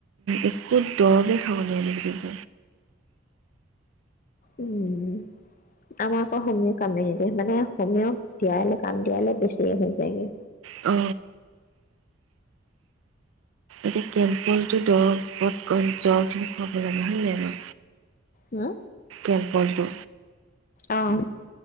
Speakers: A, on the right; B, on the left.
A: একো দৰৱে খাব নোৱাৰিব।
B: উম আমাক আকৌ হে কামেই নিদিয়ে মানে হ'লেও দিয়াই লৈ কাম দিয় লৈ বেছিয়ে হৈ যায়গে।
A: অ। এতিয়া কেনলটো দৰত জ্বৰ খুৱাব লাগে হয় ন ন।
B: ন।
A: ফুটবলটো।
B: আহ।